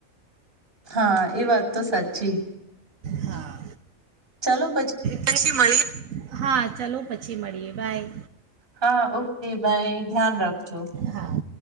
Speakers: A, on the right; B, on the right.
A: હા. એ વાત તો સાચી.
B: હા
A: ચાલો
B: પછી મળીએ. હા ચાલો પછી પછી મળીએ, બાઈ.
A: હા ઓકે બાઈ. ધ્યાન રાખજો. જો
B: હા